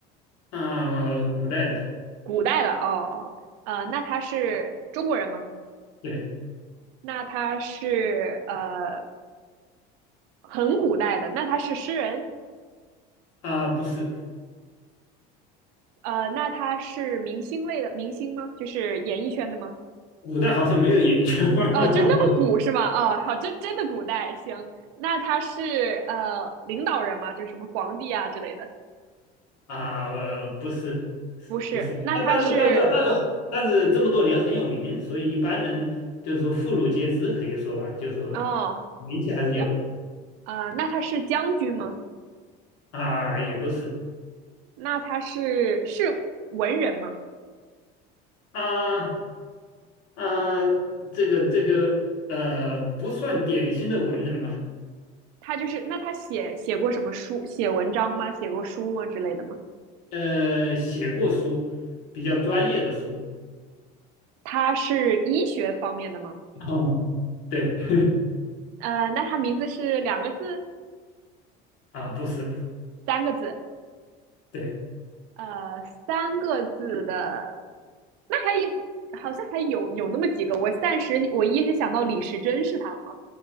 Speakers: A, on the left (about 85°); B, on the right (about 80°).
A: 啊，古代的，
B: 古代了哦。呃，那他是中国人吗？
A: 对
B: 那他是呃很古代的，那他是诗人，
A: 啊，不是，
B: 呃，那他是明星类的明星吗？就是演艺圈的吗？
A: 古代好像没有演艺圈 <laughs>
B: 哦，就是那么古是吗？哦，好，真真的古代，行。那他是呃领导人吗？就什么皇帝啊之类的？
A: 啊，呃不是
B: 不是，
A: 不是，
B: 那他是
A: 啊，但是但是但是但是这么多年很有名，所以一般人就是说妇孺皆知，可以说吧，就说
B: 哦，
A: 名气还是有的
B: 然呃，那他是将军吗？
A: 啊，也不是
B: 那他是是文人吗？
A: 啊，啊，这个这个呃，不算典型的文人吧，
B: 他就是那他写写过什么书、写文章吗？写过书吗之类的吗？
A: 呃，写过书，比较专业的书
B: 他是医学方面的吗？
A: <laughs>。哦，对，<laughs>
B: 呃，那他名字是两个字、
A: 啊，不是，
B: 三个字？
A: 对，
B: 呃，三个字的，那还有好像还有有那么几个。我暂时我一时想到李时珍是他吗？